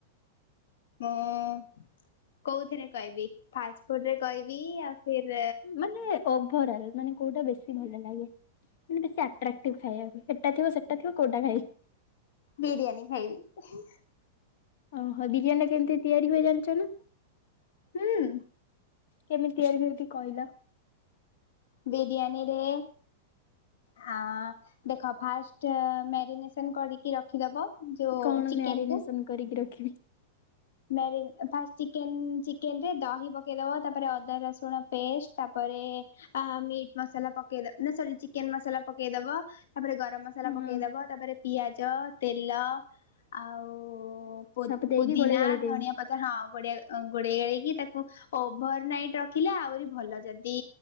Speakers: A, on the left; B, on the left.
A: ମୁଁ କୋଉଥିରେ କଇବି ଫାଷ୍ଟଫୁଡ ରେ କଇବି ଆଉ ଫିର୍
B: ମାନେ ଓଭରାଲ ମାନେ କୋଉଟା ବେଶୀ ଭଲ ଲାଗେ? ମାନେ ବେଶୀ ଆଟ୍ରାକ୍ଟିଭ ଖାଇବାକୁ ଏଟା ଥିବ ସେଟା ଥିବ କୋଉଟା ଖାଇବି।
A: ବିରିୟାନି ଖାଇବି ହିଁ।
B: ଓହୋ ବିରିୟାନୀ ରା କେମିତି ତିଆରି ହୁଏ ଜାଣିଚ ନି?
A: ହୁଁ।
B: କେମିତି ତିଆରି ହୁଏ ଟିକେ କହିଲ?
A: ବିରିୟାନୀ ରେ ହାଆଁ ଦେଖ ଫାଷ୍ଟ ମ୍ୟାରିନେସନ କରିକି ରଖିଦବ। ଯୋଉ
B: କଣ
A: ଚିକେନ୍
B: ମ୍ୟାରିନେସନ
A: କୁ।
B: କରିକି ରଖିବି।
A: ମାରିନ୍ ଫାସ ଚିକେନ୍ ଚିକେନ୍ ରେ ଦହି ପକେଇଦବ ତାପରେ ଅଦା, ରସୁଣ ପେଷ୍ଟ ତାପରେ ଆହା ମିଟ୍ ମସଲା ପକେଦ ନା ସରି ଚି ଚିକେନ ମସଲା ପକେଇଦବ ତାପରେ ଗରମ ମସଲା
B: ହଁ
A: ପକେଇଦବ ତାପରେ ପିଆଜ ତେଲ ଆଉ ପୋ
B: ସବୁ ଦେଇକି
A: ପୋଦିନା
B: ଗୋଳେଇ ଗାଳେଇ ଦେବି।
A: ପତର ହଁ ଗୋଡେଇ ଗୋଳେଇ ଗାଳିକି ତାକୁ ଓଭର ନାଇଟ୍ ରଖିଲେ ଆହୁରି ଭଲ ଯଦି